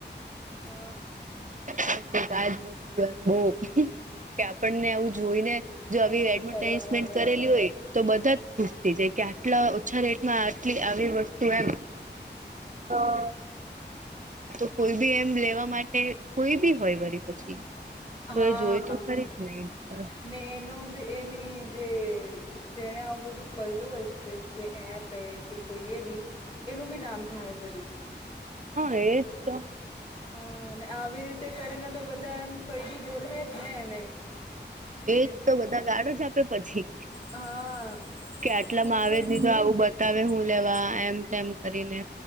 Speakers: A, on the left (about 30°); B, on the right (about 45°).
A: હ
B: <inaudible> આજ વસ્તુ એમ બહ કે આપણને આવું જોઈને જો
A: પણ
B: આવી એડવર્ટાઈઝમેન્ટ
A: હું કરવાના હવે
B: કરેલી હોય. તો બધાં જ ખુશ થઇ જાય કે આટલા ઓછાં રેટમાં આટલી આવી વસ્તુ એમ હા તો કોઈ બી એમ લેવા માટે કોઈ બી હોય વરી પછી.
A: હા
B: તો એ જોય તો
A: હા
B: ખરી જ ને એક વાર
A: ને એનો બી એની જે જેને આવું બધું કરેલું હશે જે એપ એ કે કોઈ એ બી એનુંભી નામ થાયા વરી.
B: હા એજ તો
A: હા આવી રીતે કરીને તો બધા એમ કઈ બી બોલસે જ ને એને
B: એજ
A: કે
B: તો બધાં ગાળો જ આપે પછી.
A: હા
B: કે આટલામાં
A: ઊંધું
B: આવે દીધો આવું બ બતાવે હું લેવા એમ તેમ કરીને.